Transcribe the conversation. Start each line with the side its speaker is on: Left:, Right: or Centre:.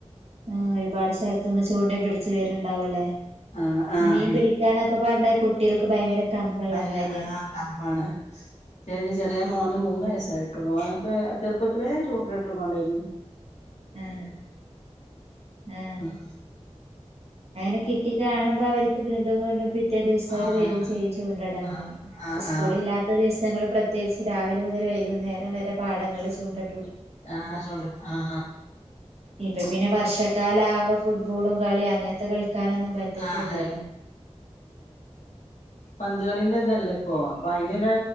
Right: ആ ഒരുപാട് സ്ഥലത്ത്ന്ന് ചൂണ്ടയും പിടിച്ചു വര്ണ്ടാവുല്ലേ
Left: ആഹ് ആഹ്
Right: മീൻ പിടിക്കാനൊക്കെപാണ്ടെ കുട്ടിയേൾക്ക് ഭയങ്കര കമ്പുള്ള
Left: അ
Right: കാര്യാണ്
Left: ആ കമ്പാണ് ചേഞ് ചെറിയ മോന് മൂന്ന് വയസായിട്ടൊള്ളു ഓനൊക്കെ ചെറുപ്പത്തിലേ ചൂണ്ടല്ട്ടും കൊണ്ടേയ്ന്ന്
Right: ആ ആ
Left: ഉം
Right: അങ്ങനെ കിട്ടി കാണുമ്പോ അവര് ക്ക് വീണ്ടു വീണ്ടു പി റ്റേ ദിവസവര്
Left: ആഹ്
Right: വെരും ചെയ്യും ചൂണ്ടടാനായിട്ട്
Left: ആഹ് ആഹ്
Right: സ്കൂള്
Left: ആഹ്
Right: ഇല്ലാത്ത ദിവസങ്ങള് പ്ര ത്യേയിച്ച് രാവിലെ മുതല് വൈകുന്നേരം വരെ പാടങ്ങളില് ചൂണ്ട ഇ
Left: ആഹ് ചൂണ്ട് ആ
Right: ഇത് പിന്നെ വർഷക്കാല ആവുമ്പൊ ഫുട്ബോളും കളിയും അങ്ങനത്തെ കളിക്കാനൊന്നും പറ്റത്തുല്ലല്ലോ
Left: ആഹ് പന്തുകളിന്റെ ഇതല്ലേ ഇപ്പോ പ്പൊ അയ്ന്ള്ള